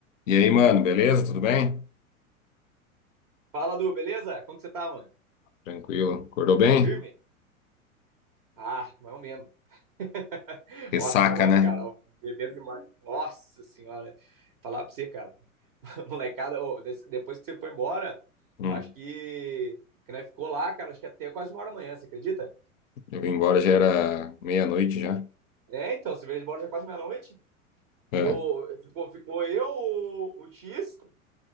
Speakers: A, on the left (about 65°); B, on the right (about 30°).
A: E aí, mano, beleza? Tudo bem?
B: Fala, Du, beleza? Como que você tá, mano?
A: Tranquilo. Acordou bem?
B: Firme? Ah, mais ou menos. <laughs>
A: Ressaca,
B: Nossa, ontem,
A: né?
B: cara, eu bebendo demais. Nossa senhora, falar pra você, cara, <laughs> molecada, ô, des- depois que você foi embora,
A: Hum,
B: eu acho que, que nós ficou lá, cara, acho que até quase uma hora da manhã, você acredita?
A: Eu vim embora, já era meia-noite já.
B: É, então, você veio embora já quase meia-noite.
A: É,
B: Eu, ficou, ficou eu, o, o X,